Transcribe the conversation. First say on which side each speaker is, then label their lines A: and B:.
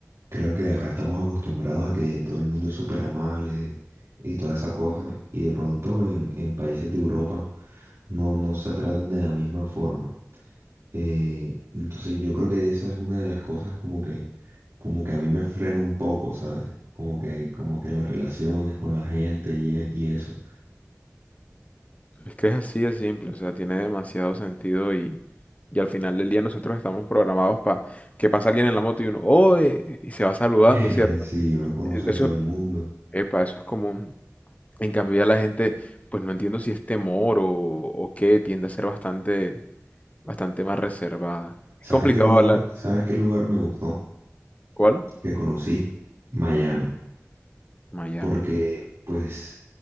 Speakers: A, on the right (about 70°); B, on the left (about 25°).
A: creo que acá estamos acostumbrados a que todo el mundo es súper amable y toda esa cosa. Y de pronto en, en países de Europa no, no se traten de la misma forma. Eh, entonces yo creo que esa es una de las cosas como que, como que a mí me frena un poco, ¿sabes? Como que, como que las relaciones con la gente y, e- y eso.
B: Es que es así de simple, o sea, tiene demasiado sentido y, y al final del día nosotros estamos programados para que pasa alguien en la moto y uno, ¡oe! y se va saludando,
A: <laughs>
B: ¿cierto?
A: Sí, uno conoce
B: E-
A: a
B: Eso,
A: todo el mundo.
B: epa, eso es común. En cambio ya la gente, pues no entiendo si es temor o, o qué, tiende a ser bastante, bastante más reservada. Es
A: ¿Sabes
B: complicado
A: qué lugar,
B: hablar.
A: sabes qué lugar me gustó?
B: ¿Cuál?
A: Que conocí Miami.
B: Miami.
A: Porque, pues,